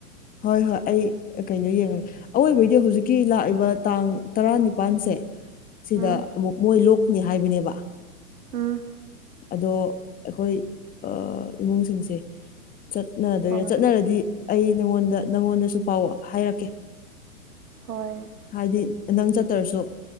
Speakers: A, on the left; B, on the right.
A: ꯍꯣꯏ ꯍꯣꯏ ꯑꯩ ꯀꯩꯅꯣ ꯌꯦꯡꯉꯒꯦ ꯑꯋꯣꯏꯕꯩꯗꯤ ꯍꯧꯖꯤꯛꯀꯤ ꯂꯥꯛꯏꯕ ꯇꯥꯡ ꯇꯔꯥꯅꯤꯄꯥꯜꯁꯦ ꯁꯤꯗ
B: ꯎꯝ
A: ꯑꯃꯨꯛ ꯃꯣꯏ ꯂꯣꯛꯅꯤ ꯍꯥꯏꯕꯅꯦꯕ
B: ꯎꯝ
A: ꯑꯗꯣ ꯑꯩꯈꯣꯏ ꯏꯃꯨꯡꯁꯤꯡꯁꯦ ꯆꯠꯅꯗꯣꯏꯔ
B: ꯍꯣꯏ
A: ꯆꯠꯅꯔꯗꯤ ꯑꯩ ꯅꯪꯉꯣꯟꯗ ꯅꯪꯉꯣꯟꯗꯁꯨ ꯄꯥꯎ ꯍꯥꯏꯔꯛꯀꯦ
B: ꯍꯣꯏ
A: ꯍꯥꯏꯗꯤ ꯅꯪ ꯆꯠꯇ꯭ꯔꯁꯨ